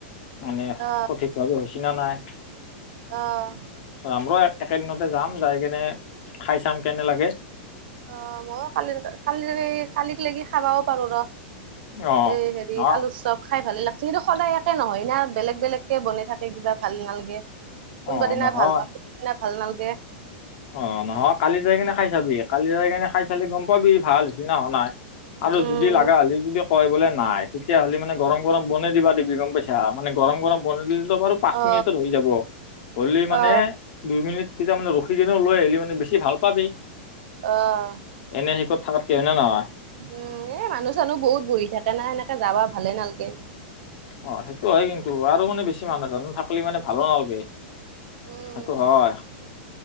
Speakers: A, on the left (about 55°); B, on the right (about 60°).
A: মানে
B: অ'
A: সঠিক ভাৱে হৈছি না নাই।
B: অ'।
A: আমৰো একেদিনতে যাম, যাই কেনে, খাই চাম কেনে লাগে।
B: অ' মই কালি-কালি-কালি লেকে খাবাও পাৰো ৰহ।
A: অ
B: এই হেৰি,
A: অ
B: আলু চপ খাই ভালে লাগিছে। কিন্তু সদায় একে নহয় না, বেলেগ-বেলেগ কে বনাই থাকে, কিবা ভাল নালাগে। কোনোবাদিনা
A: অ নহয়
B: ভাল লগে, কোনোবাদিনা ভাল নালাগে।
A: অ' নহয়, কালি যাই কিনে খাই চাবি। কালি যাই কিনে খাই চালি গ'ম পাবি, ভাল হৈছিনা, হোৱা নাই। আৰু
B: উম।
A: যদি লগা হ'লি যদি, কয় বোলে নাই নাই, তেতিয়া হ'লে মানে, গৰম-গৰম, বনাই দিব' দিবি গ'ম পাইছা, মানে গৰম গৰম, বন <unintelligible> পাঁচ
B: অ
A: মিনিটত হৈ যাব। হ'লে মানে,
B: অ
A: দুই মিনিট তেতিয়া মানে, ৰ কিনে লৈ আহিলে মানে, বেছি ভাল পাবি।
B: অহ।
A: এনে শিকত থাকাতকে হয়নে নহয়
B: উম, এ মানুহ চানুহ বহুত বহি থাকে না সেনেকে যাবা, ভালে নালগে।
A: অ' সেইটো হয় কিন্তু। আৰু মানে বেছি মানুহ জানো থাকিলি মানে, ভালো নালগে।
B: উম
A: সেইটো হয়।